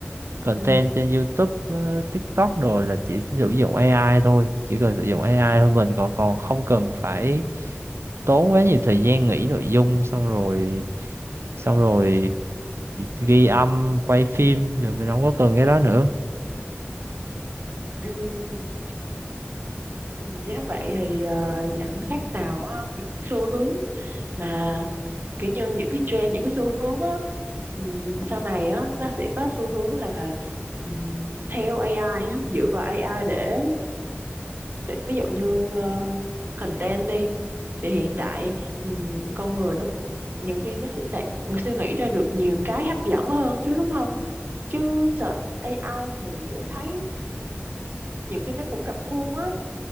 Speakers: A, on the right; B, on the right.
A: content
B: Ừ.
A: trên YouTube, ờ, TikTok đồ là chỉ sử dụng AI thôi, chỉ cần sử dụng AI thôi mình còn còn không cần phải tốn quá nhiều thời gian nghĩ nội dung xong rồi xong rồi ghi âm, quay phim rồi mình không có cần cái đó nữa.
B: ừ nếu vậy thì ờ, chẳng khác nào á, những xu hướng mà kiểu như những cái trend những cái xu hướng á Ừm, sau này á nó sẽ có xu hướng là ừm, theo AI á dựa vào AI để, để ví dụ như ờ, content đi thì hiện tại ừm, con người nó nhiều khi nó sẽ sẽ suy nghĩ ra được nhiều cái hấp dẫn hơn chứ đúng không chứ search AI thì em thấy nhiều khi nó cũng rập khuôn á